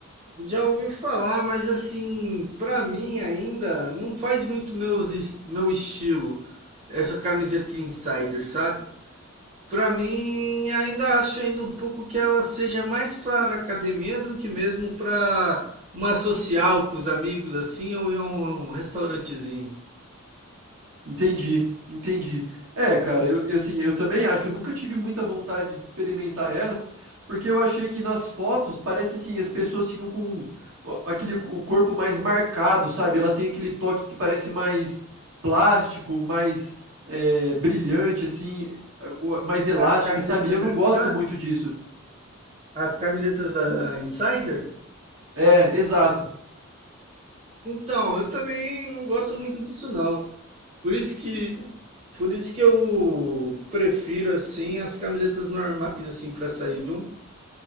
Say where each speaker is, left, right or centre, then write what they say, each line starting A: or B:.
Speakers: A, on the right; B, on the right.
A: Já ouvi falar, mas assim, para mim ainda não faz muito meus, es- meu estilo essa camiseta insider, sabe? Pra mim, ainda acho ainda um pouco que ela seja mais para academia do que mesmo para uma social com os amigos assim ou em um, um restaurantezinho.
B: Entendi, entendi. É, cara, eu eu, assim, eu também acho, eu nunca tive muita vontade de experimentar elas, porque eu achei que nas fotos parece assim, as pessoas ficam com o aquele o corpo mais marcado, sabe, ela tem aquele toque que parece mais plástico, mais, eh, brilhante, assim, o mais elástica,
A: As camisetas
B: sabe, e eu não
A: da Insider?
B: gosto muito disso.
A: As camisetas da Insider?
B: É, exato.
A: Então, eu também não gosto muito disso não. Por isso que por isso que eu prefiro assim as camisetas normais assim para sair, viu?